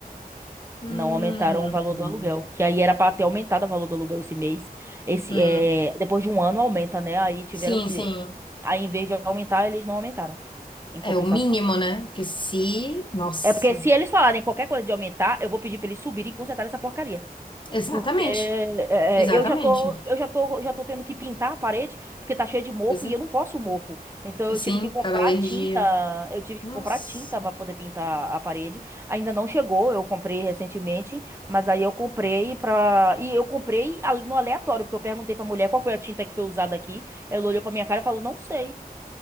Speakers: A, on the left; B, on the right.
A: Hum.
B: Não aumentaram o valor do aluguel, que aí era para ter aumentado o valor do aluguel esse mês. Esse
A: Hum.
B: é, depois de um ano aumenta, né? Aí tiveram
A: Sim,
B: que
A: sim.
B: aí em vez de aumentar, eles não aumentaram em
A: É
B: compensação.
A: o mínimo, né? Porque se. Nossa.
B: É porque se eles falarem qualquer coisa de aumentar, eu vou pedir para eles subirem e consertarem essa porcaria.
A: Exatamente.
B: Porque é,
A: Exatamente.
B: eu já tô, eu já tô, já tô tendo que pintar a parede, porque tá cheio de mofo
A: Pois é.
B: e eu não posso mofo. Então
A: Assim,
B: eu tive que comprar
A: cada alergia.
B: tinta, eu tive
A: Nossa.
B: que comprar tinta para poder pintar a parede. Ainda não chegou, eu comprei recentemente, mas aí eu comprei pra. e eu comprei a- no aleatório, porque eu perguntei pra mulher qual foi a tinta que foi usada aqui. Ela olhou pra minha cara e falou: "Não sei".